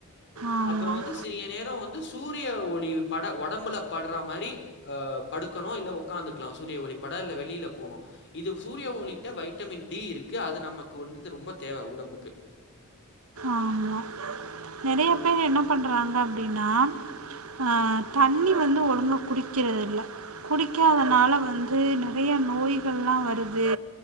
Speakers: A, on the right (about 80°); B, on the left (about 55°).
A: ஆமாம்
B: அப்ரோ வந்து சிறிய நேரோ வந் து சூரிய ஒளி பட உடம்புல பட்ற மாரி அ படுக்கணு இல்ல ஒக் உக்காந்துக்கலா சூரிய ஒளி பட இல்ல வெளியில போனு இது சூரிய ஒளிகிட்ட வைட்டமின் டி இருக்கு அது நம்ம வந்துட்டு ரொம்ப தேவ உடம்புக்கு
A: ஆமா நெறைய பேர் என்ன பண்றாங்க அப்டின்னா ஆ தண்ணி வந்து ஒழுங்கா குடிக்கறதில்ல குடிக்காதனால வந்து நெறைய நோய்கள்லா வருது